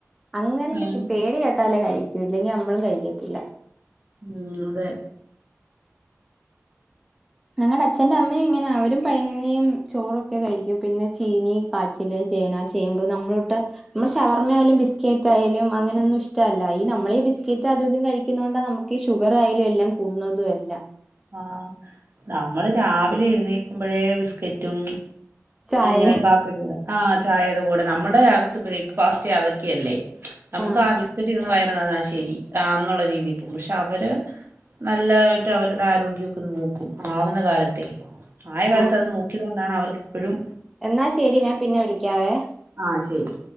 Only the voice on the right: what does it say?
ആഹ്
ഉം അതേ.
ആഹ് നമ്മള് രാവിലെ എഴുന്നേക്കുമ്പഴേ ബിസ്കറ്റും.
എങ്ങനെ കാപ്പിയുടെ കൂടെ ആഹ് ചായയുടെ കൂടെ നമ്മുടെ രാവിൽത്തെ ബ്രേക്ക്ഫാസ്റ്റ് അതക്കെയല്ലേ. നമുക്ക്
ആ ബിസ്കറ്റ് ഇരുന്ന് വയറ് <unintelligible> ശരി ആന്നുള്ള രീതി പോകും പക്ഷെ അവര് നല്ലതായിട്ട് അവർ. ര്ടെ ആരോഗ്യൊക്കെ നോക്കും ആവുന്ന കാലത്തെ ആയ കാലത്ത്
അത് നോക്കിയത് കൊണ്ടാണ് അവർക്ക് ഇപ്പഴും.
ആഹ് ശരി.